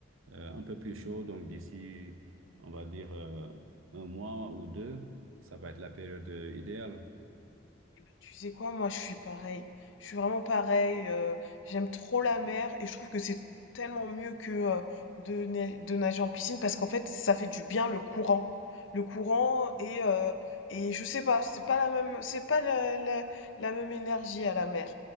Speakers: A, on the right (about 80°); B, on the left (about 70°).
A: euh, un peu plus chaud. Donc, d'ici, on va dire euh, un mois ou deux, ça va être la période euh, idéale.
B: Eh ben, tu sais quoi, moi je suis pareil. Je suis vraiment pareil. euh, j'aime trop la mer et je trouve que c'est tellement mieux que euh, de, na- de nager en piscine parce qu'en fait ça fait du bien le courant. Le courant et, euh, et je sais pas, c'est pas la même, c'est pas la, la, la même énergie à la mer.